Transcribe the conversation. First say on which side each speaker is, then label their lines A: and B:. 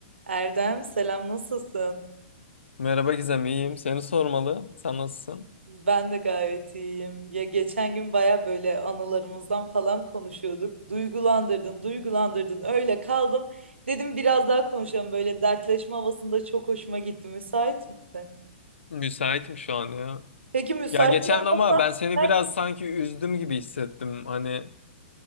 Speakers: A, on the right; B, on the left.
A: Erdem selam nasılsın?
B: Merhaba Gizem, iyiyim. Seni sormalı. Sen nasılsın?
A: Ben de gayet iyiyim. Ya geçen gün baya böyle anılarımızdan falan konuşuyorduk. Duygulandırdın, duygulandırdın. Öyle kaldım. Dedim biraz daha konuşalım. Böyle dertleşme havasında çok hoşuma gitti. Müsait misin?
B: Müsaitim şu an ya.
A: Peki müsait
B: Ya geçen
A: olmasan
B: ama ben seni
A: dinler
B: biraz
A: miydin?
B: sanki üzdüm gibi hissettim. Hani